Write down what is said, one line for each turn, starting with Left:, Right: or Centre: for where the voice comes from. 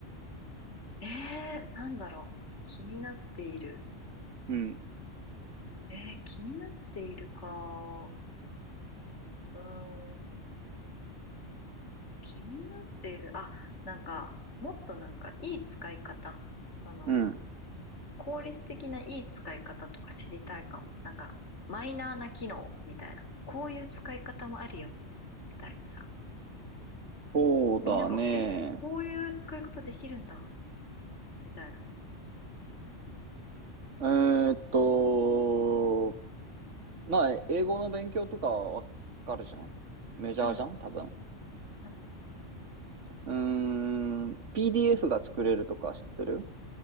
Left: えー、なんだろう気になっている
Right: うん。
Left: えー、気になっているかうーん気になっている。あ、なんか、もっとなんか、いい使い方。その、
Right: うん。
Left: 効率的ないい使い方とか知りたいかも。なんか、マイナーな機能みたいな。こういう使い方もあるよ。みたいなさ。
Right: そうだね。
Left: こう、みんなが、え、こういう使い方できるんだ。みたいな。
Right: えーっと、まあ、英語の勉強とかわかるじゃん。メジャーじゃん多分。
Left: うん、うん。
Right: うーん。PDF が作れるとか知ってる